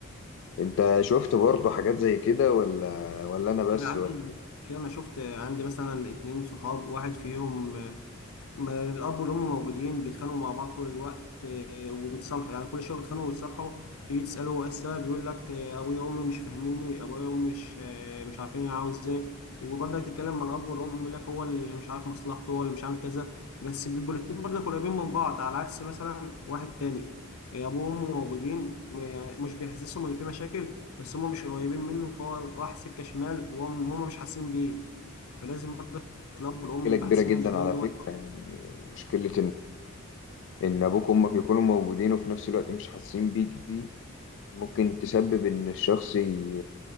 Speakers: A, on the left (about 55°); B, on the left (about 90°).
A: انت شفت برضه حاجات زي كده ولا ولا انا بس
B: انا
A: ولا
B: عندي ايوه انا شفت عندي مثلا اتنين صحاب واحد فيهم ما الاب والام موجودين بيتخانقوا مع بعض طول الوقت آه، وبيتصالحوا يعني كل شويه بيتخانقوا وبيتصالحوا تيجي تساله ايه السبب يقول لك آه، ابويا وامي مش فاهميني ابويا وامي مش آه، مش عارفين انا عاوز ايه وبرضك تتكلم مع الاب والام يقول لك هو اللي مش عارف مصلحته هو اللي مش عامل كذا بس بيبقوا الاتنين برضك قريبين من بعض على عكس مثلا واحد تاني آه، ابوه وامه موجودين آه، مش بيحسسهم اللي فيه مشاكل بس هم مش قريبين منه فهو راح سكه شمال وهم هم مش حاسين بيه فلازم برضك الاب
A: مشكلة
B: والام يبقى
A: كبيرة
B: حاسين
A: جدا
B: اللي بينهم
A: على
B: دول
A: فكرة يعني مشكلة ان ابوك وامك يكونوا موجودين وفي نفس الوقت مش حاسين بيك دي ممكن تسبب ان الشخص ي-